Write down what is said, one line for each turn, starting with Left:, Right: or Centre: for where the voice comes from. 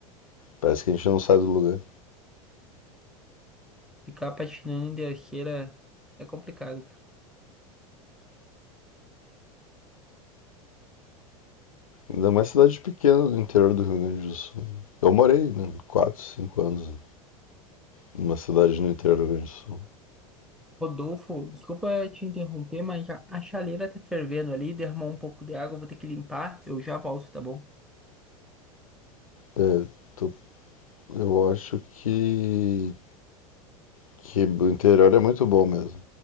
Left: Parece que a gente não sai do lugar.
Centre: Ficar patinando em terceira é complicado,
Left: Ainda mais cidade pequena do interior do Rio Grande do Sul. Eu morei, né? 4, 5 anos numa cidade no interior do Rio Grande do Sul.
Centre: Rodolfo, desculpa te interromper, mas já a chaleira tá fervendo ali, derramou um pouco de água, eu vou ter que limpar, eu já volto, tá bom?
Left: É, tu- eu acho que, que o interior é muito bom mesmo.